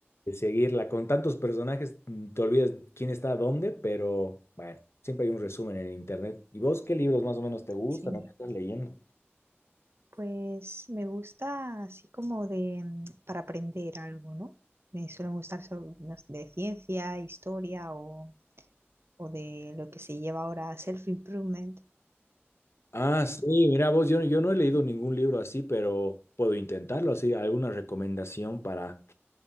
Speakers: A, on the left; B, on the right.
A: de seguirla. Con tantos personajes mm, te olvidas quién está dónde, pero bueno, siempre hay un resumen en internet. ¿Y vos qué libros más o menos te gustan
B: Sí.
A: o qué estás leyendo?
B: Pues me gusta así como de mm, para aprender algo, ¿no? Me suelen gustar so- no sé, de ciencia, historia o, o de lo que se lleva ahora self-improvement.
A: Ah, sí, mira vos, yo, yo no he leído ningún libro así, pero puedo intentarlo así, alguna recomendación para,